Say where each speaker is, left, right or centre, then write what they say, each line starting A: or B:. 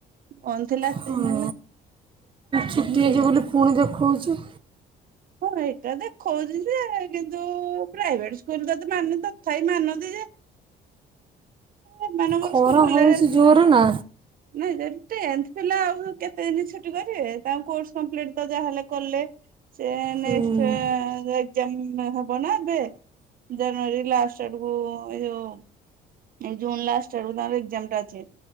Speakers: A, on the right; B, on the right.
A: ବନ୍ଦ ଥିଲା ଏତେଦିନ
B: ହଁ
A: ହେଲା। ଆଜି
B: ଛୁଟି
A: ହିଁ ଖୋଲିଲା
B: ହେଇଯିବ ବୋଲି ପୁଣି ଦେଖାଉଚି।
A: ହଁ ଏଇଟା ଦେଖଉଛି ଯେ କିନ୍ତୁ ପ୍ରାଇଭେଟ ସ୍କୁଲ ତ ଏତେ ମାନ ତଥାପି ମାନନ୍ତି ଯେ ଏମାନଙ୍କର
B: ଖରା
A: ସ୍କୁଲ ଖୋଲିଲାଣି
B: ହଉଚି ଜୋର ନା
A: ନାଇଁ ଯଦି ଟେନ୍ଥ ପିଲା ଆଉ କେତେଦିନ ଛୁଟି କରିବେ ତାଙ୍କ କୋର୍ସ କ୍ୟାମ୍ପ୍ଲିଟ ତ ଯାହାହେଲେ କଲେ ସେ ନେଷ୍ଟ
B: ହୁଁ
A: ଏଜ୍ଜାମ ହବ ନା ଏବେ ଜାନୁଆରୀ ଲାଷ୍ଟ ଆଡକୁ ଏ ଯୋଉ ଏଇ ଜୁନ ଲାଷ୍ଟ ଆଡକୁ ତାଙ୍କର ଏକଜାମ୍ ଟା ଅଛି